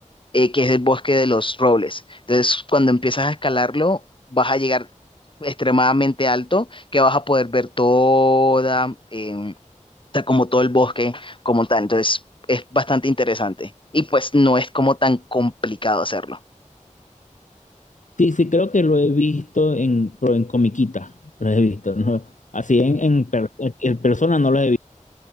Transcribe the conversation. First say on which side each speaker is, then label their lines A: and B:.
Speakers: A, on the left; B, on the left.
A: eh, que es el bosque de los robles. Entonces, cuando empiezas a escalarlo, vas a llegar extremadamente alto que vas a poder ver toda, eh, o sea, como todo el bosque como tal. Entonces, es bastante interesante y pues no es como tan complicado hacerlo.
B: Sí, sí, creo que lo he visto en, pero en comiquita, lo he visto, ¿no? Así en, en, per- en persona no lo he visto.